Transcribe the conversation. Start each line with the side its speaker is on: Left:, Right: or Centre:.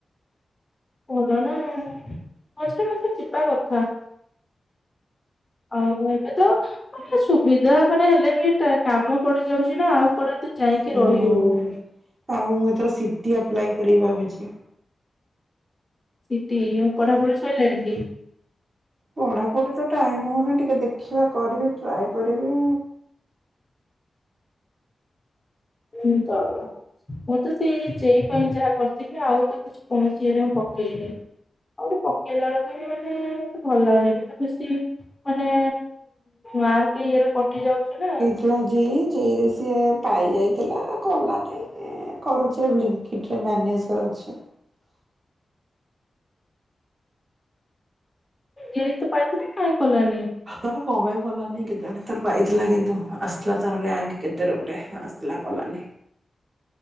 Left: ଭଲ ନା ଆଉ। ମଝିରେ ମଝିରେ ଯିବା କଥା। ଆଉ ମୁଁ ଏବେ ତ ମାନେ ସୁବିଧା ମାନେ ହେଲେ ବି ତ କାମ ପଡିଯାଉଛି ନା ଆଉ କୁଡା ତ ଯାଇକି
Right: ହୁଁ
Left: ରହି ହଉନି।
Right: ଆଉ ମୁଁ ଏଥର ସିଟି ଆପ୍ଲାଏ କରିବି ଭାବିଛି।
Left: ସିଟି, ଆଉ ପଢାପଢି ସଇଲାଣି କି?
Right: ପଢ଼ାପଢ଼ି ତ ଟାଇମ୍ ହଉନି ଟିକେ ଦେଖିବା କରିବି ଟ୍ରାଏ କରିବି।
Left: <unintelligible> ମୁଁ ତ ସେଇ ଯେଇ ପାଇଁ ଯାହା କରିଥିଲି ଆଉ ତ କିଛି କୌଣସିରେ ମୁଁ ପକେଇନି। ଆଉ ଗୋଟେ ପକେଇଲା ବେଳୁକୁ ବି ମାନେ ମତେ ଭଲ ଲାଗୁନି ମତେ ଖୁସି ମାନେ ମାର୍କ ଇଏରେ କଟି ଯାଉଚି ନା
Right: ଥିଲା ଜେଇ ଜେଇରେ ସିଏ ପାଇ ଯାଇଥିଲା କଲାନାଇ। ଏ କରୁଚି ଲିଙ୍କଟ୍ରି ରେ ମ୍ୟାନେଜର୍ ଅଛି।
Left: ଯେହେତୁ ପାଇଥିଲା କାଇଁ କଲାନି?
Right: ତାର କଁ ପାଇଁ କଲାନି କେଜାଣି ତାର ପାଇଥିଲା କିନ୍ତୁ ଆସଥିଲା ତାର ରୟାଙ୍କ କେତେରେ ଗୋଟେ ଥିଲା କଲାନି।